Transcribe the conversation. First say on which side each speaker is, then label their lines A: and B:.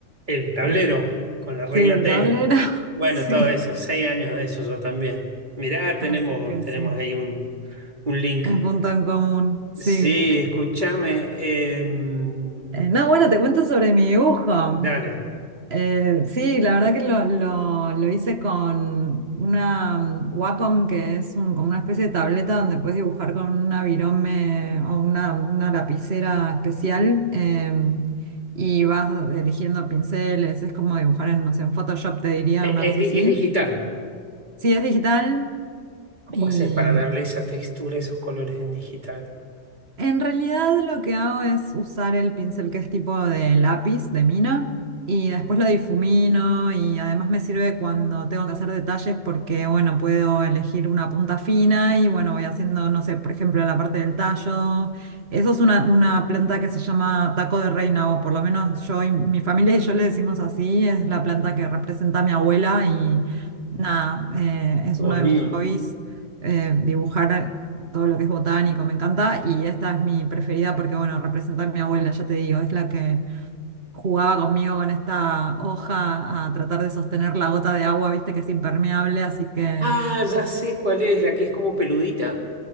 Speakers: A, on the right; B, on the right.
A: el tablero
B: Eh,
A: con la regla
B: sí, el
A: T.
B: tablero, <laughs>
A: Bueno,
B: sí.
A: todo eso, seis años de eso yo también. Mirá, tenemos,
B: Así que
A: tenemos
B: sí,
A: ahí un, un link.
B: un punto en común, sí.
A: Sí, escúchame. em,
B: Eh, no, bueno, te cuento sobre mi dibujo.
A: dale.
B: Eh, sí, la verdad que lo, lo- lo hice con una mm, Wacom, que es un- como una especie de tableta donde puedes dibujar con una virome o una, una lapicera especial em, y vas eligiendo pinceles. Es como dibujar en, no sé, en Photoshop, te diría,
A: E-
B: una
A: Es,
B: cosa
A: di-
B: así.
A: es digital.
B: Sí, es digital
A: ¿Cómo
B: y,
A: haces para darle esa textura, esos colores en digital?
B: En realidad lo que hago es usar el pincel que es tipo de lápiz, de mina, y después lo difumino y además me sirve cuando tengo que hacer detalles porque, bueno, puedo elegir una punta fina y, bueno, voy haciendo, no sé, por ejemplo, la parte del tallo. Eso es una, una planta que se llama taco de reina o por lo menos yo y mi familia y yo le decimos así, es la planta que representa a mi abuela y nada, eh, es
A: Qué bonito.
B: uno de mis hobbies eh, dibujar todo lo que es botánico, me encanta. Y esta es mi preferida porque, bueno, representa a mi abuela, ya te digo, es la que jugaba conmigo con esta hoja a tratar de sostener la gota de agua, viste que es impermeable, así que,
A: Ah, ya sé cuál es, la que es como peludita.